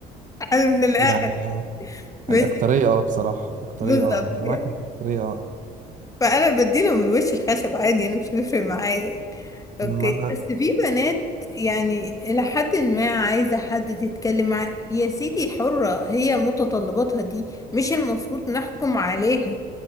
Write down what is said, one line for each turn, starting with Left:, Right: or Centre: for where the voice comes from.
Left: انا من الاخر
Right: يعني آه،
Left: ماشي
Right: الاكتريه اه بصراحه الاكتريه
Left: بالظبط
Right: اه انا
Left: يعني
Right: معاك إن الاكتريه اه
Left: فانا بديله من وش الخشب عادي انا مش بيفرق معايا يعني. اوكي
Right: ما انا
Left: بس في بنات يعني الى حد ما عايزه حد تتكلم معاه يا سيدي حره هي متطلباتها دي مش المفروض نحكم عليها